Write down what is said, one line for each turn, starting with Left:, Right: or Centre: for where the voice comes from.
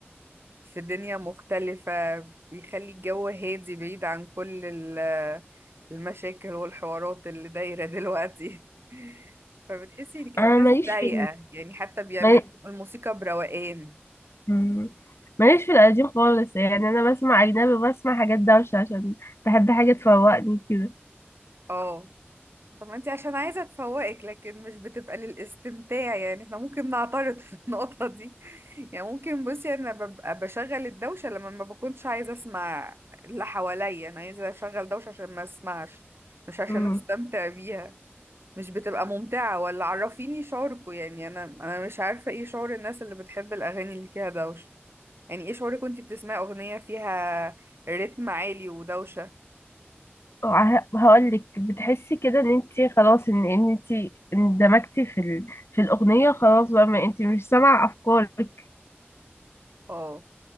Right: في دنيا مختلفة بيخلي الجو هادي بعيد عن كل ال- المشاكل والحوارات اللي دايرة دلوقتي <laughs> فبتحسي ان كانت
Left: انا
Right: ناس
Left: ماليش
Right: رايقة
Left: في
Right: يعني حتى بيعملوا
Left: ال...
Right: الموسيقى بروقان
Left: مم. ماليش في القديم خالص يعني انا بسمع اجنبي بسمع حاجات دوشة عشان بحب حاجة تفوقني كده
Right: اه طب ما انتي عشان عايزة تفوقك لكن مش بتبقى للاستمتاع يعني احنا ممكن نعترض <laughs> في النقطة دي <laughs> يعني ممكن بصي انا ببقى بشغل الدوشة لما ما بكونش عايزة اسمع اللي حواليا انا عايزة اشغل دوشة عشان ما اسمعش مش عشان
Left: مم.
Right: استمتع بيها مش بتبقى ممتعة ولا عرفيني شعوركوا يعني انا انا مش عارفة ايه شعور الناس اللي بتحب الاغاني اللي فيها دوشة يعني ايه شعورك وانتي بتسمعي اغنية فيها رتم عالي ودوشة
Left: وه- هقولك بتحسي كده ان انت خلاص ان ان انت اندمجتي في ال... في الاغنية خلاص بقى ما انت مش سامعة افكارك
Right: اه